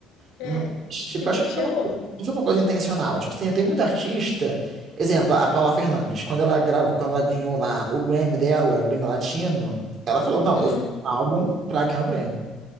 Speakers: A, on the right; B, on the left.
A: Mas,
B: É,
A: tipo,
B: que bom
A: acho que
B: que chegou.
A: não foi uma coisa não foi uma coisa intencional. Tipo, tem, tem muito artista. Exemplo, a Paula Fernandes, quando ela grava, quando ela ganhou lá o Grammy dela, o Grammy Latino, ela falou: Não,
B: Hum.
A: eu fiz um álbum pra ganhar o Grammy.